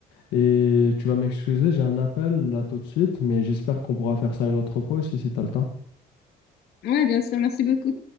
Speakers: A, on the left (about 85°); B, on the left (about 70°).
A: Et tu vas m'excuser, j'ai un appel là tout de suite, mais j'espère qu'on pourra faire ça une autre fois aussi si t'as le temps.
B: Ouais, bien sûr, merci beaucoup.